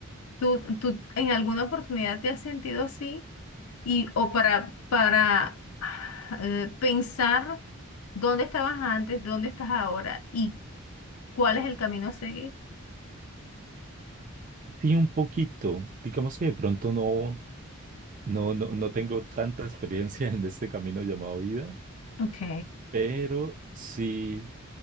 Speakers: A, on the left (about 75°); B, on the right (about 35°).
A: ¿Tú, tú en alguna oportunidad te has sentido así? Y, o para, para ah, eh, pensar dónde estabas antes, dónde estás ahora y cuál es el camino a seguir.
B: Sí, un poquito. Digamos que de pronto no, no, no, no tengo tanta experiencia <laughs> en este camino llamado vida,
A: Ok,
B: pero sí,